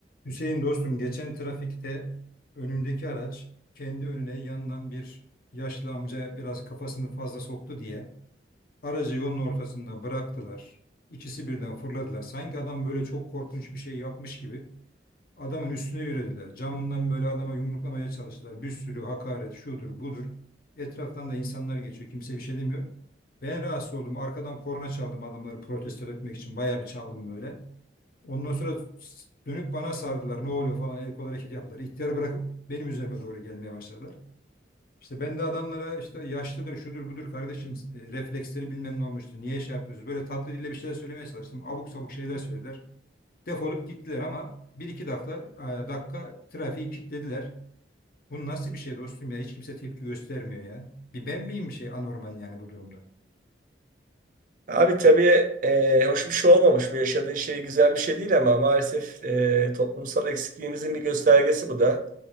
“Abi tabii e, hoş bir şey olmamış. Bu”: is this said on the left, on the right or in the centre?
Right